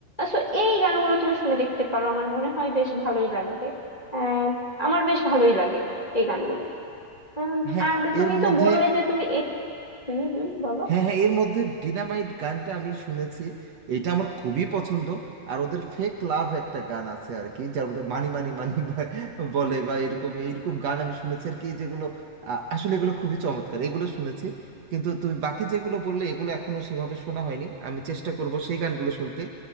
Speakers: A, on the left; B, on the right.
A: So এই গানগুলো তুমি শুনে দেখতে পারো আমার মনে হয় বেশ ভালোই লাগবে আহ, আমার বেশ ভালোই লাগে এই গানগুলো উম,
B: হ্যাঁ
A: আর তুমি
B: এর
A: তো
B: মধ্যে
A: বললে যে তুমি এক- হুম হুম বলো
B: হ্যাঁ হ্যাঁ এর মধ্যে ডিনামাইট গানটা আমি শুনেছি এটা আমার খুবই পছন্দ আর ওদের ফেক লাভ একটা গান আছে আর কি যার মধ্যে মানি মানি মানি বলে বা এরকম এইরকম গান আমি শুনেছি আর কি যেগুলো আ, আসলে এগুলো খুবই চমৎকার এগুলো শুনেছি কিন্তু তুমি বাকি যেগুলো বললে এগুলো এখনো সেভাবে শোনা হয়নি আমি চেষ্টা করব সেই গানগুলো শুনতে